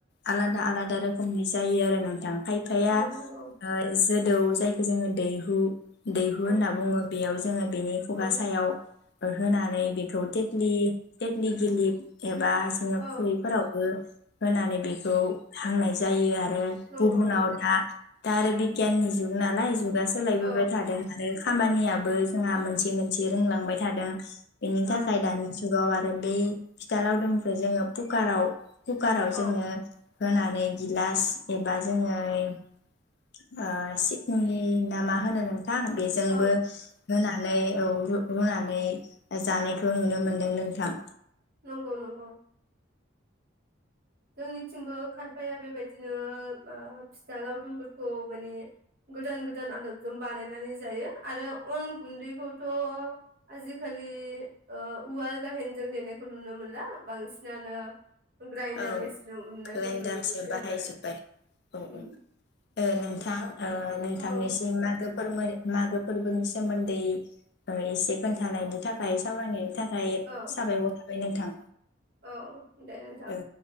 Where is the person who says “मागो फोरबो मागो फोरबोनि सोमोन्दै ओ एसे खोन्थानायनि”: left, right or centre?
Left